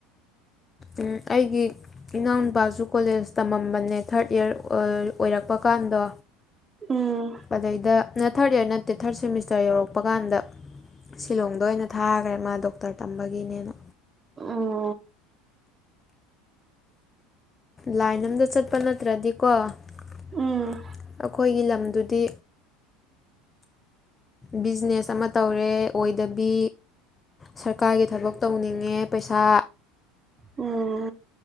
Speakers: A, on the left (about 25°); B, on the right (about 25°).
A: ꯎꯝ ꯑꯩꯒꯤ ꯏꯅꯥꯎꯅꯨꯄꯥꯁꯨ ꯀꯣꯂꯦꯖ ꯇꯝꯃꯝꯕꯅꯦ ꯊꯥꯔꯠ ꯏꯌꯥꯔ ꯑꯣꯏꯔꯛꯄ ꯀꯥꯟꯗꯣ
B: ꯎꯝ
A: ꯑꯗꯩꯗ ꯅ ꯊꯥꯔꯠ ꯏꯔ ꯅꯠꯇꯦ ꯊꯥꯔꯠ ꯁꯦꯃꯤꯁꯇꯔ ꯌꯧꯔꯛꯄ ꯍꯥꯄ ꯀꯥꯟꯗ ꯁꯤꯂꯣꯡꯗ ꯑꯣꯏꯅ ꯊꯥꯈ꯭ꯔꯦ ꯃꯥ ꯗꯣꯛꯇꯔ ꯇꯝꯕꯒꯤꯅꯦꯅ
B: ꯎꯝ
A: ꯂꯥꯏꯟ ꯑꯝꯗ ꯆꯠꯄ ꯅꯠꯇ꯭ꯔꯗꯤꯀꯣ ꯑꯩꯈꯣꯏꯒꯤ
B: ꯎꯝ
A: ꯂꯝꯗꯨꯗꯤ ꯕꯤꯖꯤꯅꯦꯁ ꯑꯃ ꯇꯧꯔꯦ ꯑꯣꯏꯗꯕꯤ ꯁꯔꯀꯥꯔꯒꯤ ꯊꯕꯛ ꯇꯧꯅꯤꯡꯉꯦ ꯄꯩꯁꯥ
B: ꯎꯝ